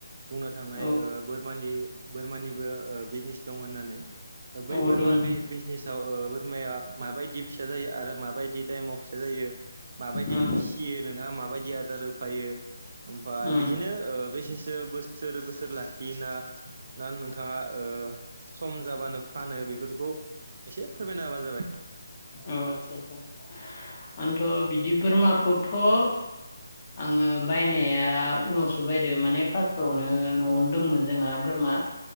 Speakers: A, on the right; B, on the left.
A: बुंनो थांनाय
B: औ
A: ओ बोरमानि बोरमानिबो ओ बिजनेस दं होननानै। ओ बै
B: औ
A: बोरमा
B: दं
A: बे बिजनेसाव ओ बोरमाया माबायदि फिसा जायो आरो माबायदि टाइमाव फिसा जायो? माबायदि
B: उम
A: फिसियो नोंथांआ माबायदि आदार होफायो? ओमफ्राय
B: उम
A: बिदिनो ओ बेसेसो बोसोर बो सोर लाखियोना ना नोंथाङा ओ सम जाबानो फानो बेफोरखौ एसे फोरमायना होबानो जाबाय।
B: औ आदसा आदसा। आंथ' बिदि बोरमाखौथ' ओ आङो ओ बायनाया उनावसो बायदो माने फार्स्टावनो न'आवनो दंमोन जोंहा बोरमा।